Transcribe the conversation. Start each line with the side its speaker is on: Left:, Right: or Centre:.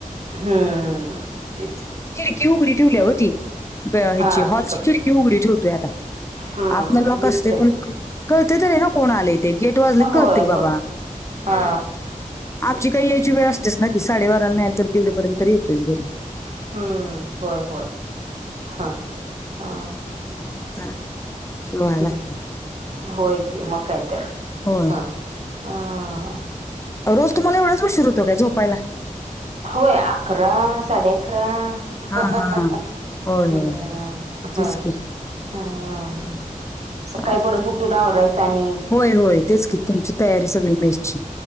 Right: हम्म, तेच की
Left: की उघडी ठेवल्या हो ती ह्याची.
Right: हा
Left: हॉलची
Right: तिकड
Left: खिडकी उघडी ठेवतोय आता
Right: हम्म
Left: आतनं लॉक
Right: दिसतय
Left: असते पण कळतं तरी ना कोण आलंय ते गेट वाजलं कि कळतंय
Right: होय
Left: बाबा
Right: होय
Left: हूं.
Right: हा
Left: आमची
Right: तेच
Left: काय यायची
Right: की
Left: वेळ असतेच ना साडेबाराला नाही तर. दीड पर्यंत तर येतोयच घरी
Right: हम्म, होय होय हं हा
Left: <unintelligible> जरा... शिवाय
Right: हम्म
Left: लागतंय
Right: होय की मग काय तर
Left: होय
Right: हं हा
Left: रोज तुम्हाला
Right: ते
Left: एवढाच उशीर होतो काय झोपायला?
Right: होय.. अकरा साडे अकरा हंहंहं...
Left: हा हा हा. होय
Right: हम्म...
Left: होय
Right: हं.
Left: तेच की
Right: हम्म... सकाळी
Left: चालतंय.
Right: परत उठून आवरायचं आणि
Left: होय होय... तेच की... तुमची तयारी सगळी मेसची